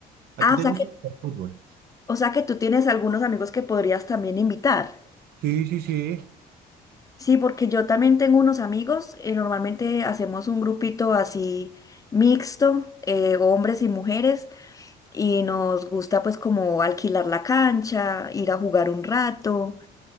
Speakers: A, on the right (about 65°); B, on the left (about 20°).
A: ¿A
B: Ah,
A: ti te
B: o sea
A: gusta
B: que,
A: el fútbol?
B: o sea que tú tienes algunos amigos que podrías también invitar.
A: Sí, sí, sí.
B: Sí, porque yo también tengo unos amigos, eh, normalmente hacemos un grupito así mixto, eh, hombres y mujeres, y nos gusta pues como alquilar la cancha, ir a jugar un rato,